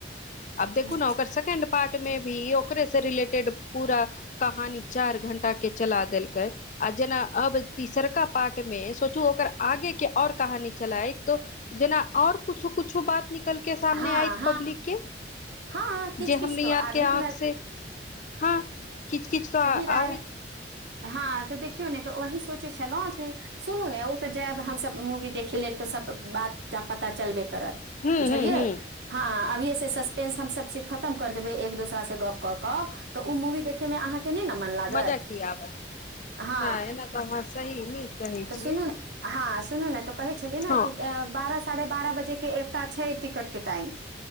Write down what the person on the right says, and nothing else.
हूँ।
हँ
हँ हँ किच
किच
तऽ आर
निकलत
राय
हँ तऽ देखियौ ने तऽ वही सोचै छलहुँ सुनू ने ओप जायब हमसभ मूवी देखे लेल तऽ सब बात पता चलबेजीटी
बियै। से सस्पेंस हम सब चीज खतम कर देबै एक दोसरा से गप कऽ कऽ तऽ ओ मूवी देखे मे अहाँके त नहि ने मन लागत
हँ
तऽ
सुनू हँ सुनू ने तऽ कहै छलियै ने
कि बारह साढ़े बारह बजे जे एकता छै टिकट के टाइम।